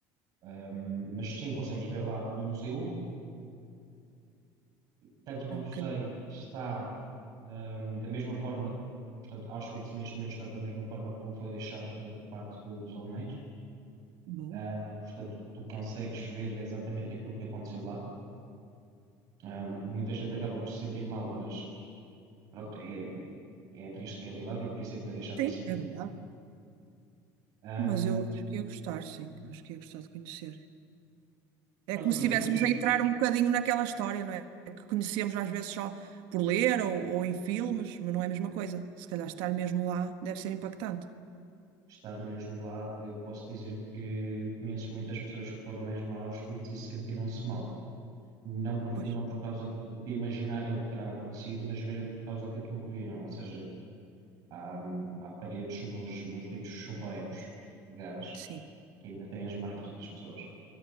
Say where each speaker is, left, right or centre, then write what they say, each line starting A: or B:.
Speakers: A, on the right; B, on the right.
A: Ahm, mas sim, consegues ver lá o museu. tanto quanto
B: Ok,
A: sei, está ahm, da mesma forma, portanto, Auschwitz neste momento está da mesma forma como foi deixado por, por parte do- dos alemães.
B: boa.
A: Ah, portanto, tu consegues ver exatamente aquilo que aconteceu lá. Ah, muita gente acaba por se sentir mal, mas pronto, é, é a triste realidade e por isso é que foi deixado
B: Sim,
A: assim.
B: é verdade.
A: Ahm,
B: Mas eu acho que ia gostar, sim. Eu Acho que ia gostar de conhecer. É
A: pronto,
B: como se
A: e
B: estivéssemos
A: depois
B: a entrar um bocadinho naquela história, não é? Que conhecemos às vezes só por ler ou, ou em filmes, mas não é a mesma coisa. Se calhar estar mesmo lá deve ser impactante.
A: estar mesmo lá, eu posso dizer que conheço muitas pessoas que foram mesmo a Auschwitz e sentiram-se mal. não por,
B: Pois,
A: não por causa de, de imaginarem o que terá acontecido, mas mesmo por causa daquilo que viram. Ou seja, há, hum, há paredes nos, nos ditos chuveiros de gás
B: sim.
A: que ainda têm as marcas das pessoas.